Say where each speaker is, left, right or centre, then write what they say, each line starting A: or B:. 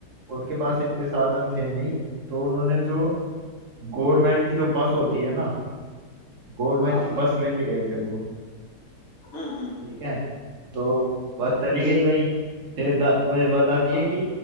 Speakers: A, on the right; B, on the left.
A: उनके पास इतने साधन थे नहीं तो उन्होंने जो गवर्नमेंट की जो बस होती है ना गवर्नमेंट
B: हाँ
A: की
B: हाँ
A: बस लेके गए थे वो
B: हम्म हम्म
A: ठीक है तो बस चली
B: जी
A: गई भाई
B: जी
A: फिर दा- वह बताती
B: हाँ
A: है कि
B: हाँ